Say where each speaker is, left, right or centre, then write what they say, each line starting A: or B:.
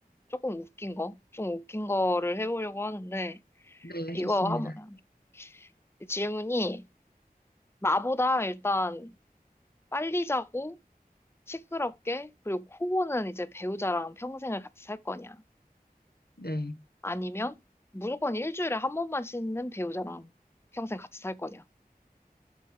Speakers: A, on the left (about 15°); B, on the left (about 80°).
A: 조금 웃긴 거, 좀 웃긴 거를 해보려고 하는데,
B: 네, 네.
A: 이거
B: 좋습니다.
A: 한번, 질문이, 나보다 일단 빨리 자고, 시끄럽게, 그리고 코고는 이제 배우자랑 평생을 같이 살 거냐?
B: 네.
A: 아니면, 무조건 일주일에 한 번만 씻는 배우자랑 평생 같이 살 거냐?